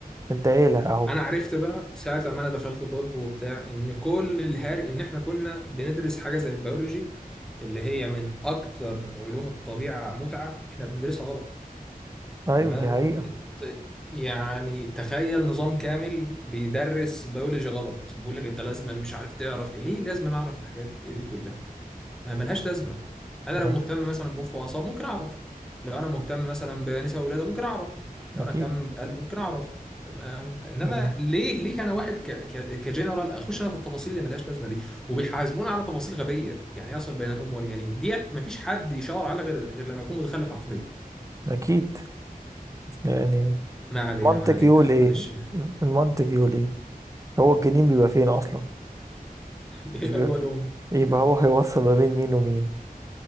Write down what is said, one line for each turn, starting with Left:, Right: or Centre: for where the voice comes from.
Right: انت قايلها اهو
Centre: انا عرفت بقى ساعه لما انا دخلت طب وبتاع ان كل الهاري ان احنا كنا بندرس حاجه زي البيولوجي اللي هي من اكتر علوم الطبيعه متعه احنا بندرسها غلط
Right: ايوه
Centre: تمام
Right: دي حقيقة
Centre: الت- يعني تخيل نظام كامل بيدرس بيولوجي غلط بيقول لك انت لازم مش عارف تعرف ليه لازم اعرف الحاجات دي كلها ما ملهاش لازمه انا لو
Right: ايوه
Centre: مهتم مثلا بمخ واعصاب ممكن اعرف لو انا مهتم مثلا بنساء ولاده ممكن اعرف لو
Right: اكيد
Centre: انا اهتم بقلب ممكن اعرف تمام انما
Right: مم.
Centre: ليه ليه انا واحد ك... ك... كجنرال اخش انا في التفاصيل اللي ملهاش لازمه دي وبيحاسبونا على تفاصيل غبيه يعني يصل بين الام والجنين ديت مفيش حد يشاور على غير غير لما يكون متخلف عقليا
Right: اكيد يعني
Centre: ما علينا
Right: المنطق
Centre: ما علينا
Right: يقول ايه
Centre: معلش
Right: المنطق يقول ايه هو الجنين بيبقى فين اصلا
Centre: <laughs> بيبقى
Right: مش بيبقى
Centre: جوه الام
Right: يبقى هو هيوصل ما بين مين ومين